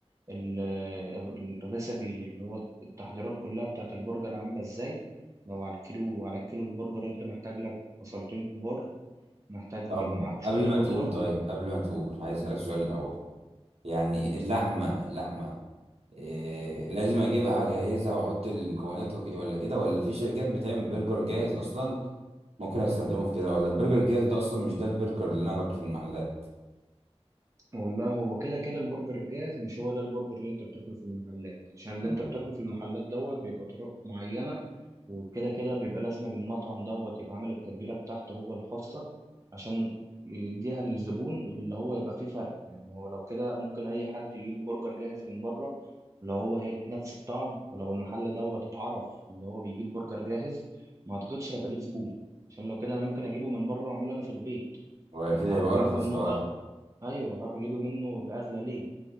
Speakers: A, on the right (about 30°); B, on the right (about 70°).
A: ال- ال- الريسبي اللي هو التحضيرات كلها بتاعت البرجر عامله ازاي لو على الكيلو على الكيلو البرجر انت محتاج لك بصلتين كبار محتاج
B: طب
A: يبقى معاك شويه
B: قبل
A: خضره
B: ما تقول طيب قبل ما تقول عايز اسألك سؤال الاول يعني اللحمة اللحمة إيه لازم اجيبها اجهزها واحط المكونات وك- ولا كده ولا في شركات بتعمل برجر جاهز اصلا ممكن استخدمه في كده ولا البرجر الجاهز ده اصلا مش ده البرجر اللي انا باكله في المحلات
A: والله هو كده كده البرجر الجاهز مش هو ده البرجر اللي انت بتاكله في المحلات عشان اللي
B: مم.
A: انت بتاكله في المحلات دوت بيبقى طرق معينة وكده كده بيبقى لازم للمطعم دوت يبقى عامل التتبيلة بتاعته هو الخاصة عشان يديها للزبون واللي هو يبقى فيه فرق يعني ما هو لو كده ممكن أي حد يجيب برجر جاهز من بره لو هو هيدي نفس الطعم ولو المحل دوت اتعرف اللي هو بيجيب برجر جاهز ما أعتقدش هيبقى ليه زبون عشان لو كده أنا ممكن أجيبه من بره وأعمله أنا في البيت
B: ولا
A: ما
B: كده يبقى
A: هروح أجيبه
B: ارخص
A: منه
B: اه
A: ايوه هروح اجيبه منه ويبقى اغلى ليه